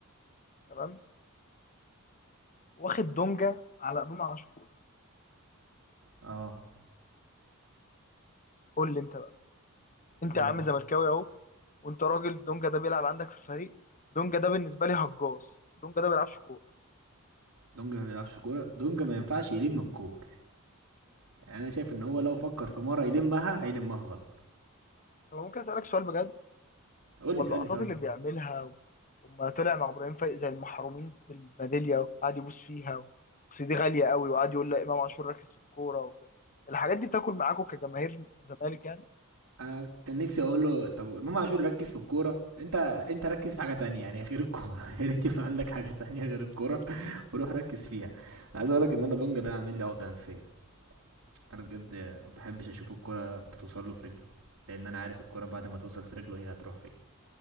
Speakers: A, on the left; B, on the right.
A: تمام واخد دونجا على امام عاشور
B: اه
A: قول لي انت بقى انت
B: لا
A: يا عم زملكاوي اهو وانت راجل دونجا ده بيلعب عندك في الفريق دونجا ده بالنسبه لي هجاص دونجا ده بيلعبش كوره
B: دونجا ما بيلعبش كورة دونجا ما ينفعش يلم الكور يعني انا شايف ان هو لو فكر في مرة يلمها هيلمها غلط
A: طب ممكن اسالك سؤال بجد
B: قول
A: هو
B: لي اسألني
A: اللقطات
B: طبعا
A: اللي بيعملها وما طلع مع ابراهيم فايق زي المحرومين بالميداليه وقعد يبوس فيها بس دي غاليه قوي وقعد يقول لا امام عاشور ركز في الكوره وب... الحاجات دي بتاكل معاكم كجماهير زمالك يعني
B: انا كان نفسي اقول له طب امام عاشور ركز في الكوره انت انت ركز في حاجه تانية يعني غير الكوره <laughs> يا ريت يبقى عندك حاجه تانية غير الكوره وروح ركز فيها انا عايز اقول لك ان انا دونج ده عامل لي عقده نفسيه انا بجد ما بحبش اشوف الكوره بتوصل له في رجله لان انا عارف الكوره بعد ما توصل في رجله هي هتروح فين